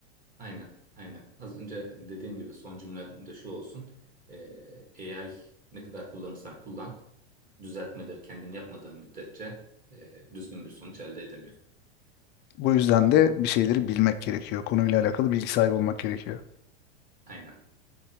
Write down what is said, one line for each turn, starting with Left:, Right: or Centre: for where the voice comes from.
Right: Aynen, aynen. Az önce dediğim gibi son cümle de şu olsun. Ee, AI ne kadar kullanırsan kullan, düzeltmeleri kendin yapmadığın müddetçe e, düzgün bir sonuç elde edemiyorsun.
Left: Bu yüzden de bir şeyleri bilmek gerekiyor. Konuyla alakalı bilgi sahibi olmak gerekiyor.
Right: Aynen.